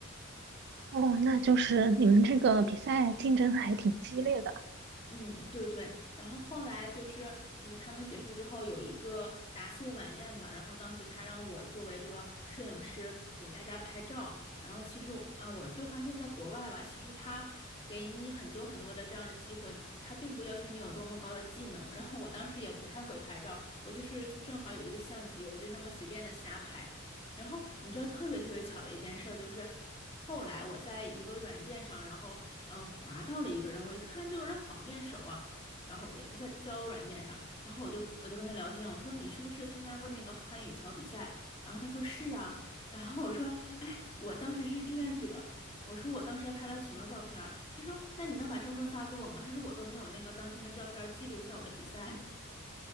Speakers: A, on the right; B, on the left.
A: 哦，那就是你们这个比赛竞争还挺激烈的。
B: 嗯，对对，然后后来就是，嗯，他们结束之后有一个答谢晚宴吧，然后当时他让我作为这个摄影师给大家拍照，然后其实我啊，我就发现在国外吧，其实他给你很多很多的这样的机会，他并不要求你有多么高的技能，然后我当时也不太会拍照，我就是正好有一个相机，我就那么随便的瞎拍，然后你知道特别特别巧的一件事儿，就是后来我在一个软件上，然后嗯、呃滑到了一个人，我一看这个人好面熟啊，然后我在一个交友软件上，然后我就我就跟他聊天，我说你是不是参加过那个汉语桥比赛？然后他说是啊，然后我说哎，我当时是志愿者。我说我当时还拍了挺多照片儿，他说那你能把照片儿发给我吗？他说我都没有那个当天的照片儿记录一下我的比赛。